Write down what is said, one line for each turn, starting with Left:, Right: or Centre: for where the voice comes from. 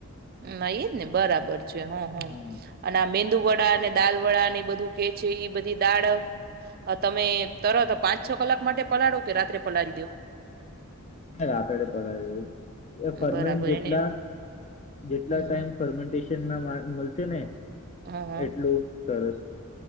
Right: નઈ ને બરાબર છે હ હ
Left: હા
Right: અને આ મેંદુવડા ને દાલ વડા ને બધું કે છેે એ બધી દાળ તમે તરત પાંચ છ કલાક માટે પલાળો કે રાત્રે પલાળી દો
Left: હ રાતડે પલાળી એ ફરમેન
Right: બરાબર
Left: જેટલા
Right: એને
Left: જેટલા
Right: હમ
Left: ટાઈમ
Right: હમ
Left: ફરમેન્ટીંગ મળશે ને
Right: હ હ
Left: એટલું સરસ